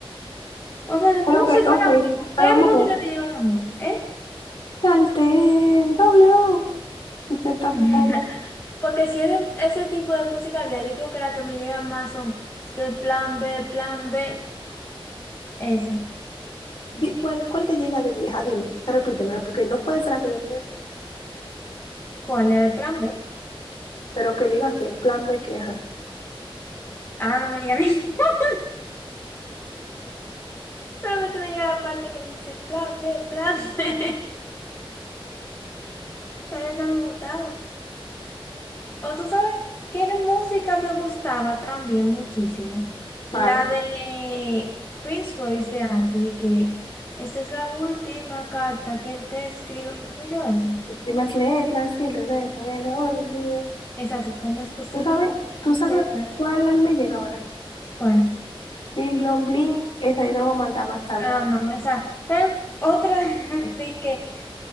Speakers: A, on the left; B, on the left.
A: O sea, de
B: Pero
A: música
B: ok, ok,
A: ahora mismo.
B: pero
A: ¿Qué
B: vamos
A: música
B: a ver.
A: te llega a la mente? ¿Eh?
B: Salté, doble O. Y te tapó
A: <laughs>
B: la-
A: Porque si es de ese tipo de música había, yo creo que la que me llega más son este plan B, plan B. Eso.
B: Di- ¿Cuál, cuál te llega de vieja? Dime, repítemela, porque no puede ser la que yo creo.
A: ¿Cuál era el plan B?
B: Pero que diga que plan B, que ajá.
A: Ahora no me llega ni. <laughs> Solamente me llega la parte que dice plan B, plan B. <laughs> Pero esa me gustaba. O tú sabes qué música me gustaba también muchísimo. La
B: Vale.
A: de Prince Royce de antes, de que esta es la última carta que te escribo. ¿Te escuchó esa?
B: Últimas letras y le dejo en el olvido.
A: Esa de cómo es posible
B: ¿Tú sabes,
A: que
B: tú
A: no
B: sabes
A: sepas
B: cuál a mí me llega ahora?
A: cuál.
B: Bling, blon, bling. Esa yo te la voy a mandar más tarde.
A: Ah, no, esa. ¿Sabes? Otra <laughs> de que,